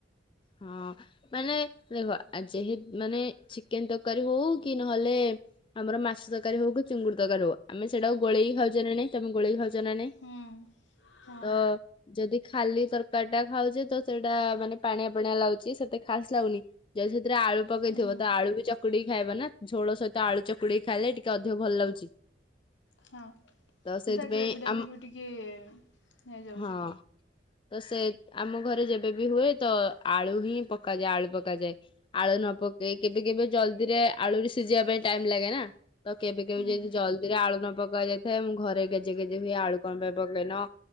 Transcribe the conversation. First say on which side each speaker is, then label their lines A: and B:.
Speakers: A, on the left; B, on the left.
A: ହଁ। ମାନେ ଦେଖ ଆଯେହେତୁ ମାନେ ଚିକେନ ତରକାରୀ ହଉ କି ନହେଲେ। ଆମର ମାଛ ତରକାରୀ ହଉ କି ଚିଙ୍ଗୁଡ଼ି ତରକାରୀ ହଉ ଆମେ ସେଇଟାକୁ ଗୋଳେଇକି ଖାଉଛେ ନା ନାହିଁ। ତମେ ଗୋଳେଇ ଖାଉଛ ନା ନାଇଁ
B: ହୁଁ ହଁ
A: ତ। ଯଦି ଖାଲି ତରକାରୀ ଟା ଖାଉଛେ ତ ସେଇଟା ମାନେ ପାଣିଆ ପାଣିଆ ଲାଗୁଛି ସେତେ ଖାସ ଲାଗୁନି। ଯଦି ସେଥିରେ ଆଳୁ ପକେଇଥିବ
B: ହୁଁ
A: ତ ଆଳୁ ବି ଚକୁଡି ଖାଇବ ନା ଝୋଳ ସହିତ ଆଳୁ ଚକୁଡି ଖାଇଲେ ଟିକେ ଅଧିକ ଭଲ ଲାଗୁଛି।
B: ହଁ
A: ତ ସେଇଥିପାଇଁ
B: ତା ଗ୍ରେଭି ଡା
A: ଆମ
B: ବି ବି ଟିକେ ଇଏ ହେଇଯାଉଛି।
A: ହଁ ତ ସେ ଆମ ଘରେ ଯେବେବି ହୁଏ ତ ଆଳୁ ହିଁ ପକାଯାଏ ଆଳୁ ପକାଯାଏ। ଆଳୁ ନ ପକେଇ କେବେ କେବେ ଜଲଦିରେ ଆଳୁ ବି ସିଝିବା ପାଇଁ ଟାଇମ ଲାଗେ ନା। ତ କେବେ କେବେ
B: ହୁଁ
A: ଯଦି
B: ହୁଁ
A: ଜଲ୍ଦିରେ ଆଳୁ ନ ପକାଯାଇଥାଏ ମୁଁ ଘରେ ଗେଜେ ଗେଜେ ହୁଏ ଆଳୁ କଣ ପାଇଁ ପକେଇନ।